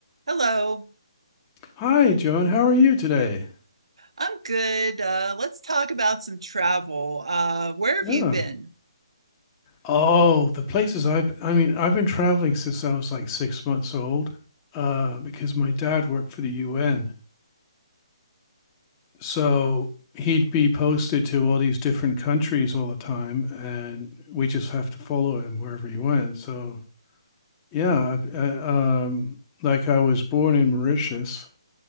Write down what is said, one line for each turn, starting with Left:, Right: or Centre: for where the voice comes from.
Right: Hello,
Left: Hi, Joan. How are you today?
Right: I'm good. Uh, let's talk about some travel. Uh, where have
Left: Yeah.
Right: you been?
Left: Oh, the places I've, I mean, I've been traveling since I was like six months old, uh, because my dad worked for the UN. So he'd be posted to all these different countries all the time, and we just have to follow him wherever he went. So yeah, I, I, um, like I was born in Mauritius,